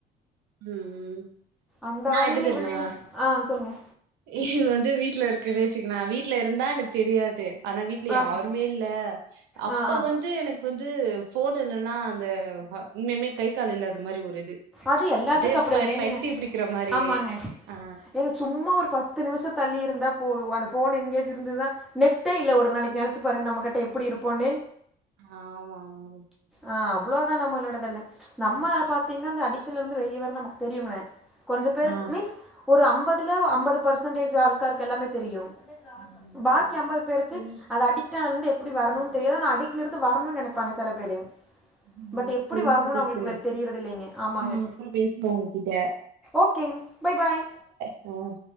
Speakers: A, on the right; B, in the centre.
A: ம்
B: அந்த
A: நா
B: வகையில
A: எப்டி தெரியுமா
B: இவுங்க ஆ சொல்லுங்க
A: இது வந்து வீட்டுல இருக்குன்னு வச்சுக்கனா வீட்ல இருந்தா எனக்கு தெரியாது ஆனா வீட்ல
B: ஆ
A: யாருமே
B: சரி.
A: இல்ல அப்ப
B: ஆ ஆ
A: வந்து எனக்கு வந்து போன் இல்லைன்னா அந்த ஆ உண்மையாலுமே கை கால் இல்லாத மாரி ஒரு இது
B: அது எல்லாத்துக்கு
A: அப்டியே
B: அப்டிதா
A: ப
B: ஏனுங்க
A: பைத்திய புடிக்கிற மாரி
B: ஆமாங்க
A: ஆ
B: ஏங்க சும்மா ஒரு பத்து நிமிஷ தள்ளி இருந்தா போது அந்த ஃபோன் எங்கேது இருந்துதுதா நெட்டே இல்ல ஒரு நாளைக்கு நெனச்சி பாருங்க நம்ம கிட்ட எப்டி இருப்போன்னு
A: ஆ ஆமா ஆமா
B: ஆ அவ்ளோதா நம்மளோடதல்ல நம்ம
A: ம்.
B: பாத்தீங்னா இந்த அடிக்ஷன்ல இருந்து வெளிய வர நமக்கு தெரியுங்க கொஞ்சோ பேருக்கு
A: ஆ.
B: மீன்ஸ் ஒரு அம்பதுல அம்பது பர்சன்டேஜ் ஆளுகாருக் எல்லாமே தெரியு
A: ம்.
B: பாக்கி அம்பது பேருக்கு
A: சரி.
B: அது அடி க்டானதுல இருந்து எப்டி வரனுன்
A: ம்.
B: தெரியாது ஆனா அடிக்ட்ல இருந்து வரணுன் நெனைப்பாங்க செல பேரு
A: ம்.
B: பட் எப்டி
A: சரிங்க
B: வரணுன்
A: சிஸ்டர்.
B: அவங்களுக்கு வெல் தெரிறது இல்லைங்க ஆமாங்க
A: நான் அப்புறம் பேசுறேன் உங்ககிட்ட.
B: ஓகேங் பை பாய்
A: ம்